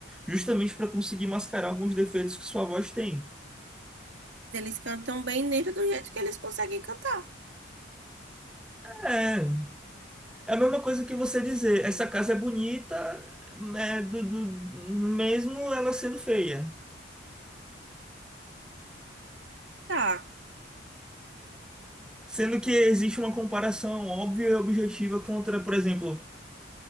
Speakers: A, in the centre; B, on the right.
A: justamente para conseguir mascarar alguns defeitos que sua voz tem.
B: Eles cantam bem nele do jeito que eles conseguem cantar.
A: É, é a mesma coisa que você dizer, essa casa é bonita, é, do, do- mesmo ela sendo feia.
B: Tá,
A: Sendo que existe uma comparação óbvia e objetiva contra, por exemplo,